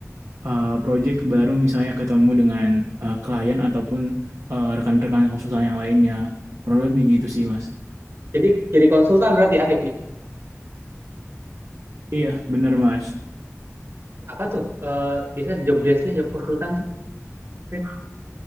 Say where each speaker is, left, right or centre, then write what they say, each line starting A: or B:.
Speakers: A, on the right; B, on the right.
A: eh, project baru misalnya ketemu dengan eh, klien ataupun eh, rekan-rekan konsultan yang lainnya. Kurang lebih gitu sih Mas.
B: Jadi jadi konsultan berarti Arif nih.
A: Iya, bener Mas.
B: Apa tuh? Eh, biasanya job desk-nya job konsultan tuh, Rif?